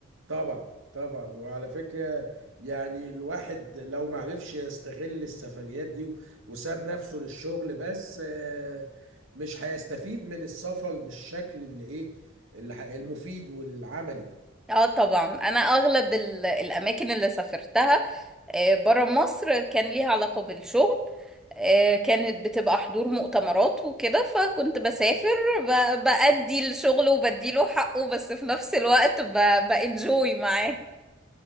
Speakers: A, on the right; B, in the centre.
A: طبعا طبعا وعلى فكرة يعني الواحد لو معرفش يستغل السفريات دي و- وساب نفسه للشغل بس آه، مش هيستفيد من السفر بالشكل اللي ايه اللي ح- المفيد والعملي
B: اه طبعا انا اغلب ال... الاماكن اللي سافرتها آه، برا مصر كان ليها علاقة بالشغل آه، كانت بتبقى حضور مؤتمرات وكده فكنت بسافر ب... بأدي الشغل وبديله حقه بس في نفس الوقت ب... بانجوي معاه